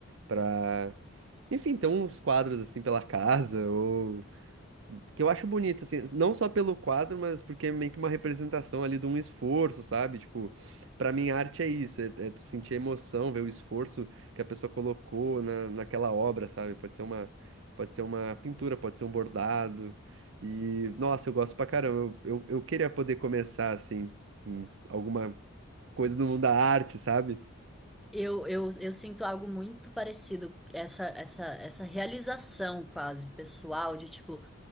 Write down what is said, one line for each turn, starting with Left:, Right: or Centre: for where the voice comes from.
Right: Pra, enfim, ter uns quadros assim pela casa, ou que eu acho bonito, assim, não só pelo quadro, mas porque é meio que uma representação ali de um esforço, sabe? Tipo, pra mim, arte é isso, é, é tu sentir a emoção, ver o esforço que a pessoa colocou na, naquela obra, sabe? Pode ser uma, pode ser uma pintura, pode ser um bordado. E, nossa, eu gosto pra caramba. Eu, eu, eu queria poder começar, assim, em alguma coisa no mundo da arte, sabe?
Centre: Eu, eu, eu sinto algo muito parecido, essa, essa, essa realização quase pessoal, de tipo,